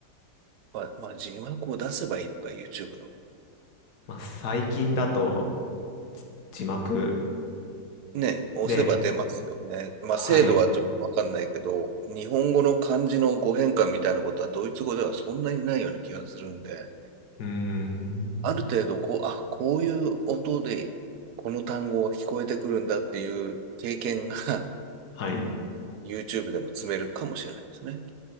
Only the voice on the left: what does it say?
まあ、最近だと字幕
で、
はい。
うん。
はい。